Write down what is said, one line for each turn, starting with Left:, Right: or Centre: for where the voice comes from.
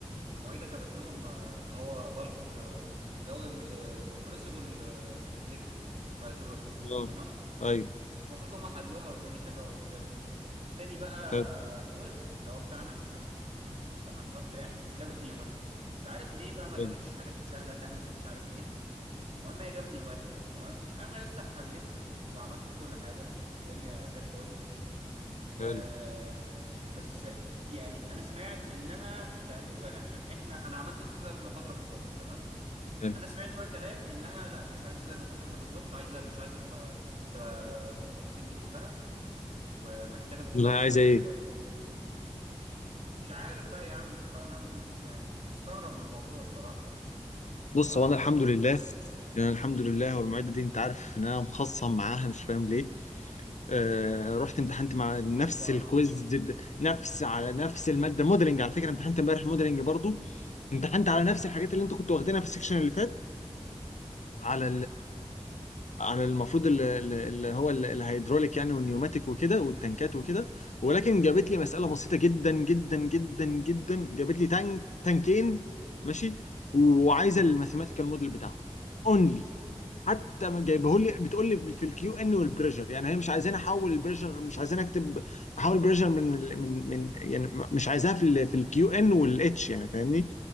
Right: المعيدة جابت لهم آه، اللي هو بالك اللي هو كومبريسبل ليكويد هيدروليك
Left: اه
Right: تمام
Left: ايوه
Right: المفروض هم حلوها والدنيا حلوة وزي الفل تاني بقى
Left: حلو
Right: كويز اللي هو بتاعنا احنا اللي انا حضرته يعني جابت نيوماتيك مش عارف ليه بقى ما
Left: حلو
Right: جابتش حاجات سهله تانك مش عارف ايه المهم هي جابت نيوماتيك تمام انا يا اسطى حليت وعملت كل حاجه والدنيا زي الفل آه
Left: حلو
Right: بس في يعني انا سمعت انها تقريبا عشان احنا انا عملت يا اسطى زي المحاضره بالظبط تمام
Left: حلو
Right: انا سمعت بقى كلام انها لا مش عايزه زي المحاضره بالظبط عايزه مش عايزه تبقى تبقى بالتفاصيل دي كلها ومحتاجه انك
Left: والله
Right: انت تختصر
Left: عايزه ايه؟
Right: شويه مش عارف بقى يا عم فانا م- يعني مستغرب من الموضوع الصراحه يعني
Left: بص
Right: ف
Left: هو انا الحمد لله يعني الحمد لله هو المعده دي انت عارف ان انا مخصم معاها مش فاهم ليه آه رحت امتحنت مع
Right: مش بيطيقوا
Left: نفس
Right: بعض
Left: الكويز دي- نفس على نفس الماده موديلنج على فكره امتحنت امبارح موديلنج برضو امتحنت على نفس الحاجات اللي انت كنت واخدينها في السكشن اللي فات على عن المفروض ال- ال- اللي هو ال- الهيدروليك يعني والنيوماتيك وكده والتنكات وكده ولكن جابت لي مسألة بسيطة جدا جدا جدا جدا جابت لي تانك تانكين ماشي وعايزة الماثيماتيكال موديل بتاعهم اونلي حتى ما جايبه لي بتقول لي في الكيو ان والبريشر يعني هي مش عايزاني احول البريشر مش عايزاني اكتب احول بريشر من ال- من من يعني مش عايزاها في ال في الكيو ان والاتش يعني فاهمني